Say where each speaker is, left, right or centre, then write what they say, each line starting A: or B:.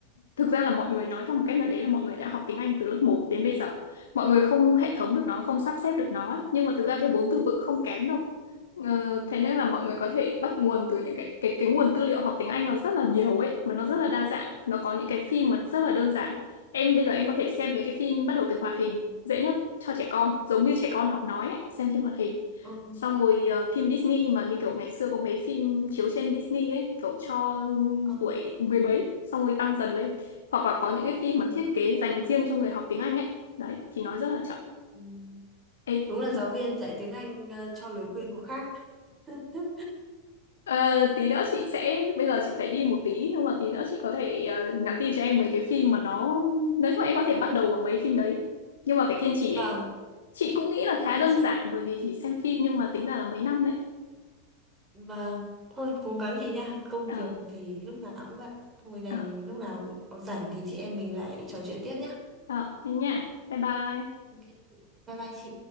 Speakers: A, on the left; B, on the right.
A: thực ra là mọi người nói theo một cách nào đấy là mọi người đã học tiếng Anh từ lớp một đến bây giờ. Mọi người không hệ thống được nó, không sắp xếp được nó, ấy. nhưng mà thực ra cái vốn từ vựng không kém đâu. Ờ, thế nên là mọi người có thể bắt nguồn từ những cái cái cái nguồn tư liệu học tiếng Anh nó rất là nhiều ấy, mà nó rất là đa dạng. Nó có những cái phim mà rất là đơn giản. Em bây giờ em có thể xem mấy cái phim bắt đầu từ hoạt hình, dễ nhất cho trẻ con, giống như trẻ con học nói ấy, xem
B: Ừ.
A: phim hoạt hình
B: ừ.
A: xong rồi ờ, phim Disney mà như kiểu ngày xưa có mấy phim chiếu trên Disney ấy kiểu cho
B: ừ
A: tuổi mười mấy xong rồi tăng dần lên hoặc là có những cái phim
B: ừ
A: mà thiết kế dành riêng cho người học tiếng Anh ấy đấy thì nói rất là chậm
B: Ừ.
A: Ê,
B: Đúng là giáo
A: ừ.
B: viên dạy tiếng Anh ờ, cho lời khuyên có khác. <laughs>
A: Ờ, tí nữa chị sẽ bây giờ chị phải đi một tí nhưng mà tí nữa chị có thể ờ, nhắn tin cho em mấy cái phim mà nó nói chung là em có thể bắt đầu bằng mấy phim đấy nhưng mà phải kiên trì
B: Vâng,
A: ấy chị cũng nghĩ
B: ok
A: là khá đơn
B: chị.
A: giản bởi vì chỉ xem phim nhưng mà tính ra là mấy năm đấy
B: Vâng, thôi cố gắng chị nha. Công
A: ờ
B: việc thì lúc nào cũng bận. Thôi đành
A: ờ
B: lúc nào có rảnh thì chị em mình lại trò chuyện tiếp nhá.
A: đó thế nha bye bye
B: Ok, bye bye chị.